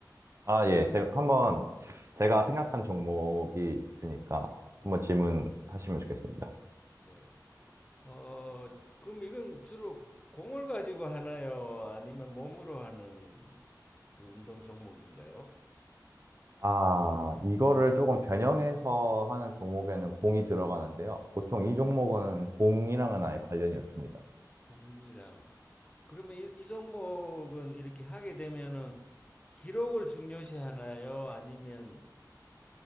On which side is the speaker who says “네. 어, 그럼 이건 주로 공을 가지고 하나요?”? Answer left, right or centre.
Left